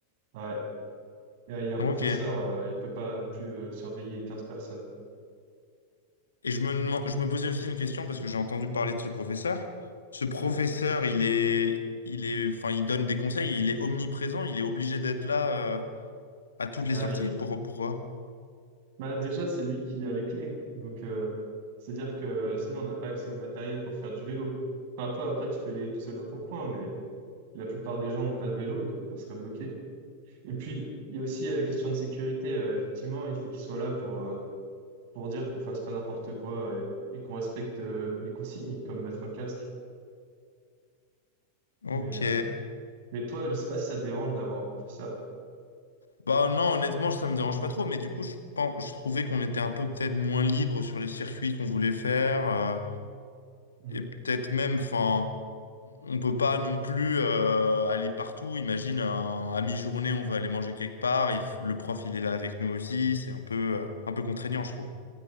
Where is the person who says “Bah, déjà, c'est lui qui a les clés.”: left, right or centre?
Right